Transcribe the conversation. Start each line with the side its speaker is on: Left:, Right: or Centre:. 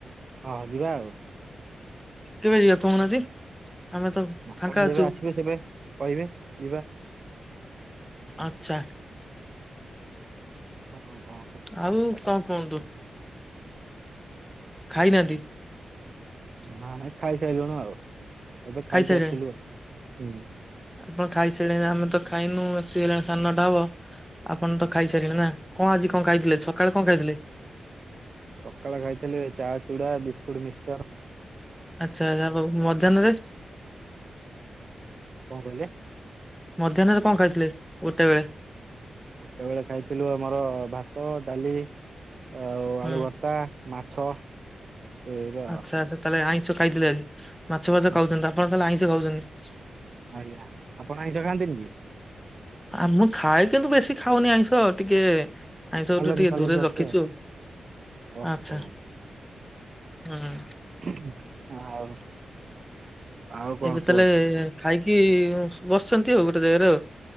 Right: ହଁ ଯିବା ଆଉ।
Centre: କେବେ ଯିବା କହୁନାହାନ୍ତି? ଆମେ ତ
Right: ଆପଣ
Centre: ଫାଙ୍କା
Right: ଯେବେ
Centre: ଅଛୁ
Right: ଆସିବେ ସେବେ କହିବେ ଯିବା।
Centre: ଆଚ୍ଛା।
Right: ହ <unintelligible>
Centre: ଆଉ କଣ କୁହନ୍ତୁ? ଖାଇନାହାନ୍ତି।
Right: ହଁ ଏଇ ଖାଇସାରିଲୁଣି ଆଉ ଏବେ ଖାଇକି
Centre: ଖାଇସାରିଲେଣି
Right: ଆସିଲୁ ଆଉ। ହୁଁ।
Centre: ଆପଣ ଖାଇସାରିଲେଣି ଆମେ ତ ଖାଇନୁ ଆସିକି ହେଲାଣି ସାନଟା ହବ। ଆପଣ ତ ଖାଇସାରିଲେଣି ନା, କଣ ଆଜି କଣ ଖାଇଥିଲେ ସକାଳେ କଣ ଖାଇଥିଲେ?
Right: ସକାଳେ ଖାଇଥିଲେ ଚା, ଚୁଡା, ବିସ୍କୁଟ, ମିକ୍ସର।
Centre: ଆଚ୍ଛା-ଆଚ୍ଛା ହୋଉ, ମଧ୍ୟାହ୍ନରେ?
Right: କଣ କହିଲେ?
Centre: ମଧ୍ୟାହ୍ନରେ କଣ ଖାଇଥିଲେ ଗୋଟେ ବେଳେ?
Right: ଗୋଟେ ବେଳେ ଖାଇଥିଲୁ ଆମର ଭାତ, ଡାଲି ଆଉ ଆଳୁ
Centre: ହୁଁ
Right: ଭର୍ ତା ମାଛ। ଏଇରା
Centre: ଆଚ୍ଛା-ଆଚ୍ଛା,
Right: ଆଉ।
Centre: ତାହେଲେ ଆଇଁଷ ଖାଇଥିଲେ ଆଜି ମାଛ-ଫାଛ
Right: ଓହୋ
Centre: ଖାଉଛନ୍ତି। ଆପଣ ତାହେଲେ ଆଇଁଷ ଖାଉଛନ୍ତି?
Right: ଆଜ୍ଞା ଆପଣ ଆଇଁଷ ଖାନ୍ତିନି କି?
Centre: ଆ, ମୁଁ ଖାଏ କିନ୍ତୁ ବେଶୀ ଖାଉନି ଆଇଁଷ, ଟିକେ ଆଇଁଷଠୁ
Right: ଆଲର୍ଜି
Centre: ଟିକେ
Right: ଫାଲର୍ଜି
Centre: ଦୂରରେ
Right: ଅଛି
Centre: ରଖିଛୁ ଆଉ।
Right: ଓହୋ।
Centre: ଆଚ୍ଛା! ହୁଁ!
Right: ହ <unintelligible> ଆଉ! ଆଉ କଣ
Centre: ଏବେ
Right: କୁହନ୍ତୁ?
Centre: ତାହେଲେ ଖାଇକି ବସିଛନ୍ତି ଆଉ ଗୋଟେ ଜାଗାରେ ଆଉ।